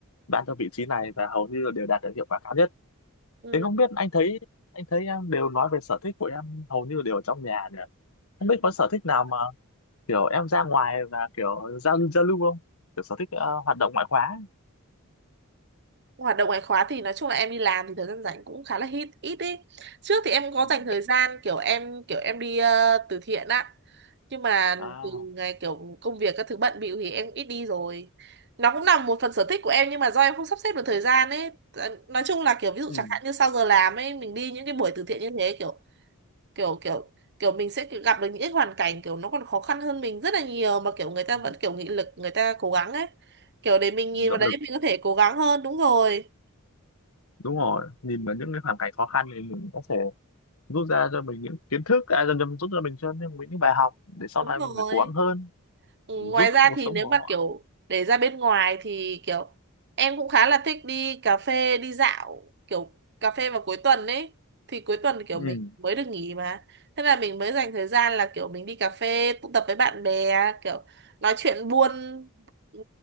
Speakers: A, on the left; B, on the right.
A: ban cho vị trí này và hầu như là đều đạt được hiệu quả cao nhất
B: ừ
A: thế không biết anh thấy anh thấy em đều nói về sở thích của em hầu như đều ở trong nhà nhỉ không biết có sở thích nào mà kiểu em ra ngoài và kiểu giao giao lưu không kiểu sở thích ờ, hoạt động ngoại khóa
B: hoạt động ngoại khóa thì nói chung là em đi làm thì thời gian rảnh cũng khá là ít ít ý trước thì em có
A: ừ.
B: dành thời gian kiểu em kiểu em đi ờ, từ thiện á nhưng mà
A: à
B: từ ngày kiểu công việc các thứ bận bịu thì em ít đi rồi nó cũng là một phần sở thích của em nhưng mà do em không sắp xếp được thời gian ấy Ờ, nói chung là kiểu ví dụ
A: ừ.
B: chẳng hạn như sau giờ làm ấy mình đi những cái buổi từ thiện như thế kiểu kiểu kiểu kiểu mình sẽ kiểu gặp được những cái hoàn cảnh kiểu nó còn khó khăn hơn mình rất là nhiều mà kiểu người ta
A: ừ.
B: vẫn kiểu nghị lực người ta cố gắng ấy kiểu để mình nhìn
A: động
B: vào đấy
A: lực
B: mình có thể cố gắng hơn đúng rồi
A: đúng rồi nhìn vào những cái hoàn cảnh khó khăn thì mình có thể rút ra cho mình những kiến thức à, dần dần rút ra mình cho nên mình những bài học để sau
B: đúng
A: này
B: rồi
A: mình phải cố gắng hơn
B: Ừ,
A: giúp
B: ngoài ra
A: cuộc
B: thì
A: sống
B: nếu
A: của
B: mà
A: họ
B: kiểu để ra bên ngoài thì kiểu em cũng khá là thích đi cà phê đi dạo kiểu cà phê vào cuối tuần ấy thì cuối tuần kiểu
A: ừ.
B: mình mới được nghỉ mà thế là mình mới dành thời gian là kiểu mình đi cà phê tụ tập với bạn bè kiểu nói chuyện buôn ừ,